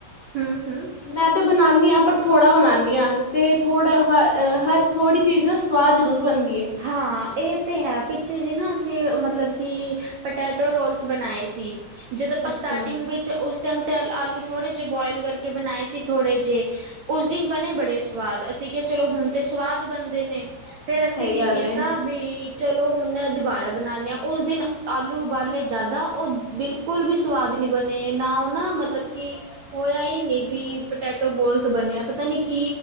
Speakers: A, on the right; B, on the left.
A: ਹਮ ਹਮ <inaudible>
B: ਮੈਂ ਤੇ ਬਣਾਨੀ ਆ ਪਰ ਥੋੜਾ ਬਣਾਨੀ ਤੇ ਥੋੜਾ ਹਾਂ ਹਰ ਥੋੜੀ ਚੀਜ਼ ਨਾ ਸਵਾਦ ਜਰੂਰ ਬਣਦੀ। ਏ।
A: ਹਾਂ ਇਹ ਤੇ ਹੈ ਪਿੱਛੇ ਜਿਹੇ ਨਾ ਅਸੀਂ ਮਤਲਬ ਕਿ ਪੋਟੈਟੋ ਰੋਲਸ ਬਣਾਏ ਸੀ। ਜਦੋਂ ਆਪਾਂ
B: ਅੱਛਾ,
A: ਸਟਾਰਟਿੰਗ ਵਿੱਚ ਉਸ, ਉਸ ਟਾਈਮ ਤਾਂ ਆਲੂ ਥੋੜ੍ਹੇ ਜਿਹੇ ਬੋਇਲ ਕਰਕੇ ਬਣਾਏ ਸੀ ਥੋੜ੍ਹੇ ਜਿਹੇ ਉਸ ਦਿਨ ਬਣੇ ਬੜੇ ਸਵਾਦ ਅਸੀਂ ਕਿਹਾ ਚਲੋ ਹੁਣ ਤਾਂ ਸਵਾਦ ਬਣਦੇ ਨੇ।
B: ਸਹੀ ਗੱਲ।
A: ਕਿਤਾਬੀ
B: ਏ।
A: ਚਲੋ ਹੁਣ ਦੁਬਾਰਾ ਬਣਾਨੇ ਆ ਉਸ ਦਿਨ ਆਲੂ ਉਬਾਲੇ ਜਿਆਦਾ ਉਹ ਬਿਲਕੁਲ ਵੀ ਸਵਾਦ ਨੀ ਬਣੇ ਨਾ ਉਹ ਨਾ ਮਤਲਬ ਕਿ ਹੋਇਆ ਹੀ। ਵੀ ਪਟੈਟੋ ਬੋਲਸ ਬਣਿਆ ਪਤਾ ਨੀ ਕੀ